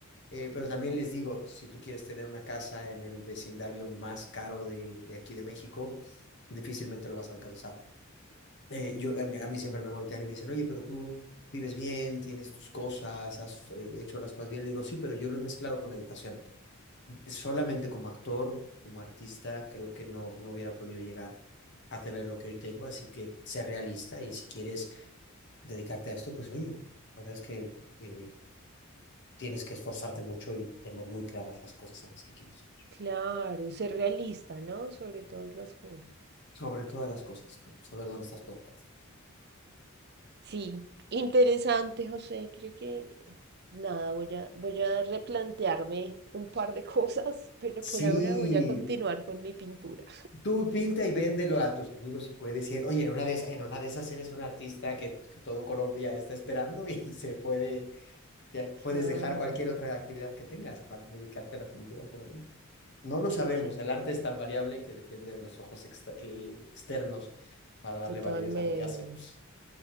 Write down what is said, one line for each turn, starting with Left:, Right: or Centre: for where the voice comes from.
Left: Eh, pero también les digo, si tú quieres tener una casa en el vecindario más caro de, de aquí de México, difícilmente lo vas a alcanzar. Eh, yo, a mí, a mí siempre me voltean y me dicen, oye, pero tú vives bien, tienes tus cosas, has eh, hecho las cosas bien. Le digo, sí, pero yo lo he mezclado con la educación. Solamente como actor, como artista, creo que no, no hubiera podido llegar a tener lo que hoy tengo, así que sé realista y si quieres dedicarte a esto, pues oye, la verdad es que eh, tienes que esforzarte mucho y, y tener muy claras las cosas a las que quieres. llegar.
Right: Claro, ser realista, ¿no? Sobre todas las cosas.
Left: Sobre todas las cosas, pues, saber dónde estás plantado.
Right: Sí, interesante, José. Creo que eh, nada, voy a, voy a replantearme un par de <laughs> cosas, pero
Left: Sí,
Right: por ahora voy a continuar con mi pintura.
Left: tú pinta y véndelo a tus amigos y puedes decir, oye, en una de esas, en una de esas eres un artista que, que todo Colombia está esperando y <laughs> se puede Ya, puedes
Right: Claro,
Left: dejar cualquier otra actividad que tengas para dedicarte a la pintura solamente. No lo sabemos,
Right: sí, sí,
Left: el arte es tan variable que depende de los ojos exter- eh, externos para darle
Right: totalmente.
Left: validez a lo que hacemos.